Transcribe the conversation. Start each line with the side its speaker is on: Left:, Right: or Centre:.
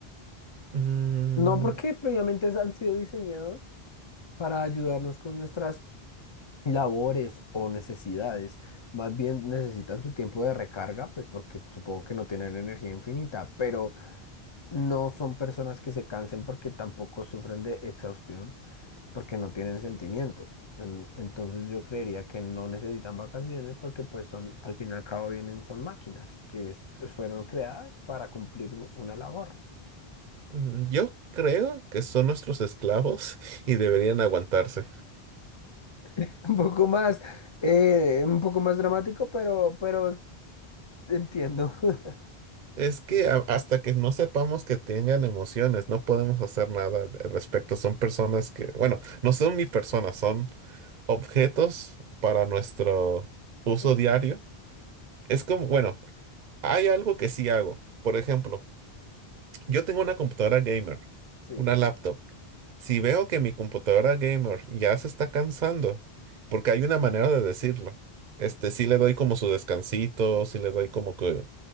Right: Mm,
Left: No porque previamente han sido diseñados para ayudarnos con nuestras labores o necesidades. Más bien necesitan su tiempo de recarga, pues porque supongo que no tienen energía infinita, pero no son personas que se cansen porque tampoco sufren de exhaustión, porque no tienen sentimientos. En- Entonces yo creería que no necesitan vacaciones porque pues son, al fin y al cabo vienen, son máquinas que es- fueron creadas para cumplir u- una labor.
Right: Mm, Yo creo que son nuestros esclavos <laughs> y deberían aguantarse.
Left: <laughs> Un poco más, eh, un poco más dramático, pero, pero entiendo. <laughs>
Right: Es que a- hasta que no sepamos que tengan emociones, no podemos hacer nada al respecto. Son personas que, bueno, no son ni personas, son objetos para nuestro uso
Left: Bueno,
Right: diario. Es como, bueno, hay algo que sí hago. Por ejemplo, yo tengo una computadora gamer,
Left: sí.
Right: una laptop. Si veo que mi computadora gamer ya se está cansando, porque hay una manera de decirlo, este, sí le doy como su descansito, si le doy como que,